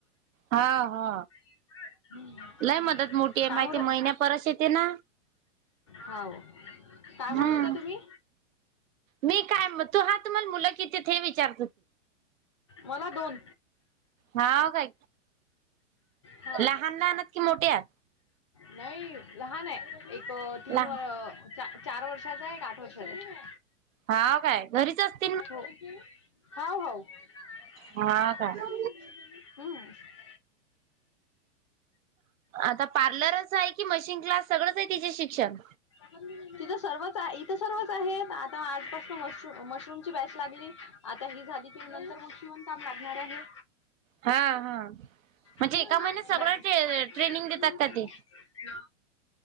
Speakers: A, on the right (about 90°); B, on the left (about 25°).
A: हा हा
B: <unintelligible> काय
A: लय मदत मोठी आहे माहिती
B: म्हणत
A: महिन्या परस येते ना
B: होव काय म्हणत
A: हम्म
B: होता तुम्ही.
A: मी काय तू हा तुम्हाला मुलं किती हे विचार
B: मला दोन.
A: हाव काय
B: हा
A: लहान लहान आहेत की मोठी आहे.
B: नाही लहान आहे एक तीन
A: लहान
B: व चार वर्षाचा ये एक आठ वर्षाचा
A: हाव काय घरीच असते
B: हो हाव होव <unintelligible>
A: हा काय. आता पार्लरच आहे कि मशीन क्लास सगळंच आहे तिचे शिक्षण.
B: तिथं सर्वच आहे इथं सर्वच आहे आता आजपास मशरूम मशरूम. बॅच लागली आता ही झाली की नंतर मग शिवणकाम लागणार आहे.
A: हा हा म्हणजे
B: <unintelligible>
A: एका महिन्यात सगळं ट्रे ट्रेनिंग देतात का ते?